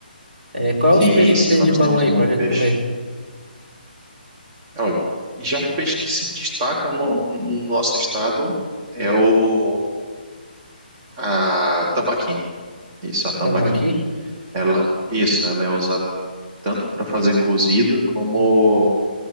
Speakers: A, on the right; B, on the right.
A: É, qual
B: Sim,
A: é os peixes
B: em
A: que
B: si,
A: tem
B: nós
A: de bom
B: temos
A: aí
B: muito
A: pra gente
B: peixe.
A: comer?
B: Então, já o peixe que se destaca no, no nosso estado é o a tambaqui. Isso, a tambaqui.
A: Tambaqui?
B: Ela, isso, ela é usada tanto para fazer cozido como